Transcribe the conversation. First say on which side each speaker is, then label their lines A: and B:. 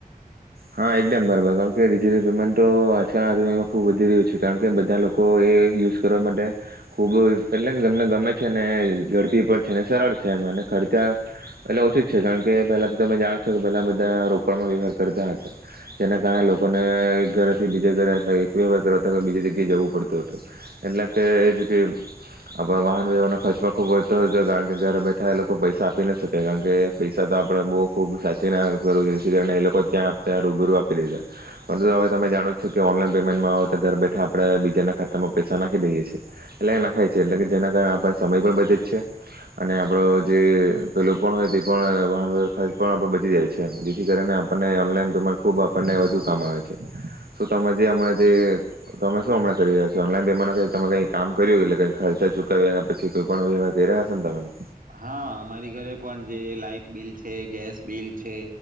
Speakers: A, on the right (about 80°); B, on the right (about 60°).
A: હા એકદમ બરાબર કારણ કે ડિજીટલ પેમેન્ટ તો આજકાલ દુનમાં ખૂબ વધી રહ્યું છે કારણ કે બધા લોકો એ યુઝ કરવા માટે ખૂબ એટલે કે ગમને ગમે છે ને ઝડપી પણ છેને સરળ છે એમ અને ખર્ચા એટલે ઓછું જ છે કારણ કે પેલા તો તમે જાણો છો કે પેલા બધા રોકડમાં વ્યવહાર કરતા હતા. જેના કારણે લોકોને એક ઘરેથી બીજા ઘરે એક વ્યવહાર કરવાતા બીજી જગ્યા જવું પડતું હતું એટલે કે જે તે આપના વાહન વ્યવહારનો ખર્ચમાં ખુબ વધતો હતો કારણ કે ઘરે બેઠા એ લોકો પૈસા આપી ના શકે કારણ કે પૈસા તો આપડે બહુ ખુબ સાચવી ના કરવું જે કારણે એ લોકો ત્યાં ત્યા રુબ રુ આપી દેધા પરંતુ હવે તમે જાણો છો કે ઓનલાઈન પેમેન્ટમાં આવે તો ઘર બેઠા આપણે બીજાના ખાતામાં પૈસા નાખી દઈએ છીએ એટલે નાખાય છે એટલે કે જેના કારણે આપ સમય પણ બચે જ છે અને આપડો જે પેલું પણ હોય તે પણ વાહન વ્ય ખર્ચ પણ આપ બચી જાય છે જેથી કરીને આપણને ઓનલાઈન તમે આમ ખુબ આપણને વધુ કામ આવે છે શું તમે જે હમણાં જે તમે શું હમણા કરી રહ્યા છો ઓનલાઈન પેમાનો ક તમે કઈ કામ કર્યું એટલે કઈ ખર્ચા ચુકાવ્યા પછી કોઈ પણ વ્યવાર કરી રહ્યા છે તમે તો.
B: હા અમારી ઘરે પણ જે લાઈફ બિલ છે. તે ગેસ બિલ છે